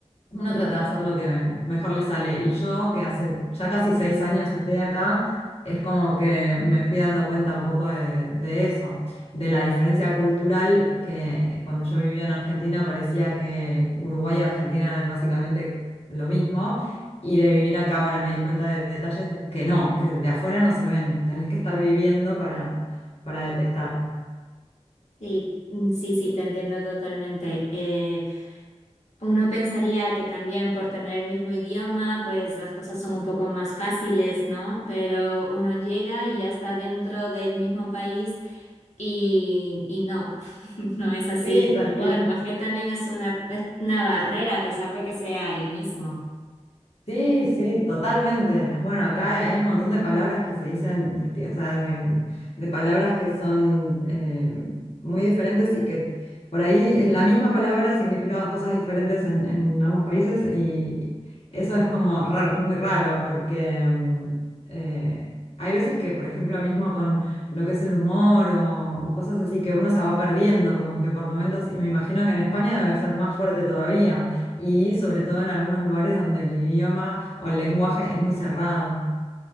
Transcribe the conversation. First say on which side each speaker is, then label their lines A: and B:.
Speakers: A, on the left; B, on the left.
A: Uno trata de hacer lo que mejor le sale. Y yo, que hace ya casi seis años estoy acá, es como que me fui dando cuenta un poco de, de eso, de la diferencia cultural que cuando yo vivía en Argentina parecía que Uruguay y Argentina eran básicamente lo mismo. Y de vivir acá, bueno, me di cuenta de detalles de- que no, que de afuera no se ven. Tenés que estar viviendo para, para detectar.
B: Sí, mm, sí, sí, te entiendo totalmente. Eh, Uno pensaría que también por tener el mismo idioma, pues las cosas son un poco más fáciles, ¿no? Pero uno llega y ya está dentro del mismo país y, y no, <laughs> no es así.
A: Sí, tal cual.
B: El lenguaje también es una, es una barrera a pesar de que sea el mismo.
A: Sí, sí, totalmente. Bueno, acá hay un montón de palabras que se dicen, disti- o sea, de, de palabras que son eh, muy diferentes y que por ahí es la misma palabra significa dos cosas diferentes en, en ambos países y eso es como raro- muy raro porque mm, eh, hay veces que, por ejemplo, mismo con lo que es el humor o, o cosas así que uno se va perdiendo como que por momentos y me imagino que en España debe ser más fuerte todavía y sobre todo en algunos lugares donde el idioma o el lenguaje es muy cerrado.